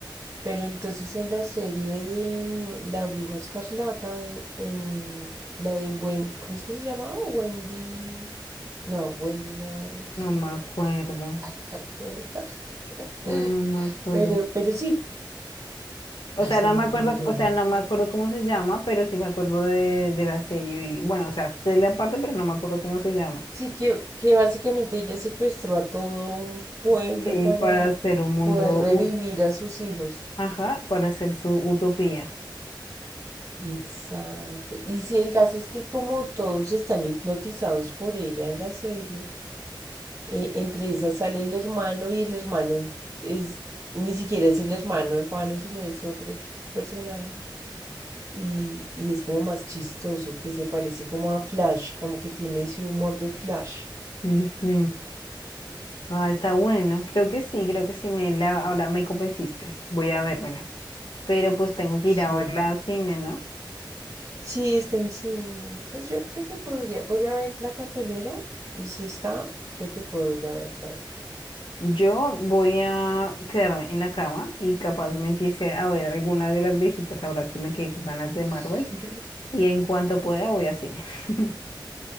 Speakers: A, on the right; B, on the left.
A: Pero entonces en la serie de mm, La Bruja Escarlata, en, en la de Wendy, ¿cómo es que se llamaba? Wendy. No, Wendy no, sino.
B: No me acuerdo.
A: Ay, ¿te acuerdas? <laughs>
B: No, no me acuerdo.
A: Pero, pero sí,
B: O
A: ay,
B: sea,
A: se
B: no
A: me
B: me
A: olvidó.
B: acuerdo, o sea, no me acuerdo cómo se llama, pero sí me acuerdo de, de la serie. Y bueno, o sea, de la parte, pero no me acuerdo cómo se llama.
A: Sí, que, que básicamente ella secuestró a todo un pueblo
B: Sí,
A: para
B: para hacer un mundo,
A: poder revivir
B: ut-
A: a sus hijos.
B: ajá, para hacer su utopía.
A: Exacto. Y sí, el caso es que como todos están hipnotizados por ella en la serie, eh, entre esas sale el hermano y el hermano es, es- ni siquiera es el hermano hermano, sino es otro personaje. Y, y es como más chistoso, que se parece como a Flash, como que tiene ese humor de Flash.
B: Sí, sí. Ah, está bueno. Creo que sí, creo que sí me la, ahora me convenciste. Voy a vérmela. Pero pues tengo que
A: Sí.
B: ir a verla a cine, ¿no?
A: Sí, está en cine. Pues yo creo que podría, voy a ver la cartelera y si está, creo que puedo ir a verla ahorita.
B: Yo voy a quedarme en la cama y capaz me empiece a ver alguna de las viejitas ahora que me quedé con ganas de
A: <laughs>
B: Marvel. Y en cuanto pueda voy a cine. <laughs>